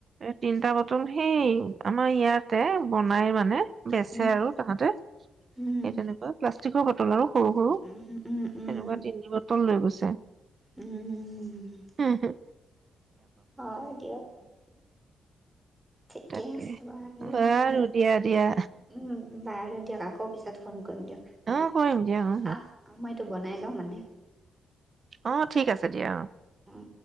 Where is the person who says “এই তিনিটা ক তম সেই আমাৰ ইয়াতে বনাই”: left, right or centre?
Right